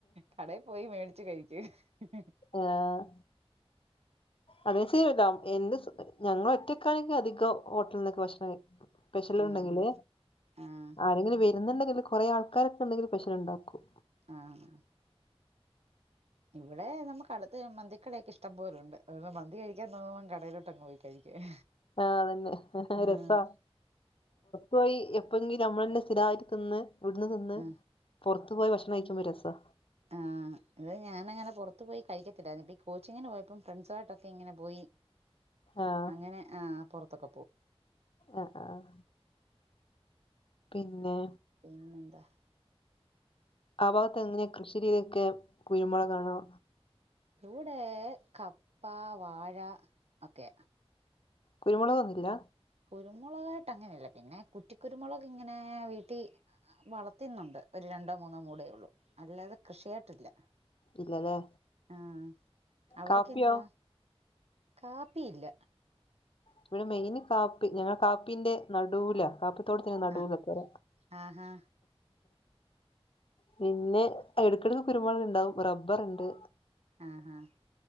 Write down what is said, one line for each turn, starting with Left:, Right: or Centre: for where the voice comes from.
Right: കടേ പോയി മേടിച്ചു കഴിക്ക് ഹ്ഹ്.
Left: ആഹ് അത് <unintelligible> എന്ത് ഞങ്ങളൊറ്റയ്ക്കാണെങ്കിയധികം ഹോട്ടലിൽനിന്നൊക്കെ ഭക്ഷണം കഴിക്കും പെഷല്ണ്ടെങ്കില്
Right: ആഹ് ആഹ്
Left: ആരെങ്കിലും വരുന്നുണ്ടെങ്കില് കൊറെ ആൾക്കാരൊക്കെ ഉണ്ടെങ്കിൽ പെഷൽ ഉണ്ടാക്കും.
Right: ആഹ് ഇവിടെ നമ്മുക്കടുത്ത്. ത്ത് മന്തിക്കടയെക്കെ ഇഷ്ടം പോലൊണ്ട് <unintelligible> മന്തി കഴിക്കാൻ തോന്നമ്പോ കടയിലോട്ടങ് പോയി കഴിക്കും.
Left: ആഹ് അതന്നെ ഹ്ഹ്
Right: ആഹ്
Left: രസാ. പോയി എപ്പോങ്കി നമ്മളന്നെ സ്ഥിരായിട്ട് തിന്ന് ഇവ്ടുന്ന് തിന്ന്
Right: ആഹ്
Left: പൊറത്തു പോയി ഭക്ഷണം കഴിക്കുമ്പോ രസാ
Right: ആഹ് ഇത് ഞാനങ്ങനെ പൊറത്ത് പോയി കഴിക്കത്തില്ലായിന്ന് ഇപ്പൊ ഈ കോച്ചിങ്ങിന് പോയപ്പം ഫ്രണ്ട്സുവായിട്ടക്കെങ്ങനെ പോയി
Left: ആഹ്
Right: അങ്ങനെ ആഹ് പൊറത്തൊക്കെ പോം
Left: ആഹ് ആഹ് പിന്നെ
Right: പിന്നെ ന്താ
Left: ആ ഭാഗത്തെങ്ങനെയ കൃഷി രീതിക്കെ കുരുമുളകാണോ
Right: ഇവിടെ കപ്പ വാഴ ഒക്കെ
Left: കുരുമുളകൊന്നുല്ല
Right: കുരുമുളകായിട്ടങ്ങനെല്ല പിന്നെ കുറ്റി കുരുമുളക് ങ്ങനെ വീട്ടി വളർത്തിന്നൊണ്ട് ഒരു രണ്ടോ മൂന്നോ മൂടേ ഒള്ളൂ അല്ലാതെ കൃഷിയായിട്ടില്ല.
Left: ഇല്ലല്ലേ
Right: ആഹ് അവിടൊക്കെന്തുവാ
Left: കാപ്പിയോ
Right: കാപ്പിയില്ല.
Left: ഇവിടെ മെയിന് കാപ്പി ഞങ്ങള് കാപ്പിന്റെ നടുവിലാ കാപ്പി തോട്ടത്തിന് നടുലാ
Right: ആഹ്
Left: പെര
Right: ആഹാ
Left: പിന്നെ ഇടക്കെടക്ക് കുരുമുളക്ണ്ടാവും റബ്ബറ്ണ്ട്
Right: ആഹാ